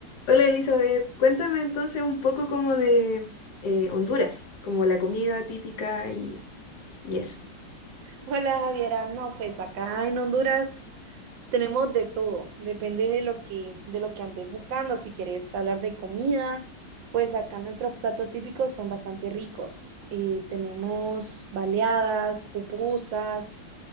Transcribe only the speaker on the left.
Hola Elizabeth, cuéntame entonces un poco como de eh, Honduras, como la comida típica y, y eso.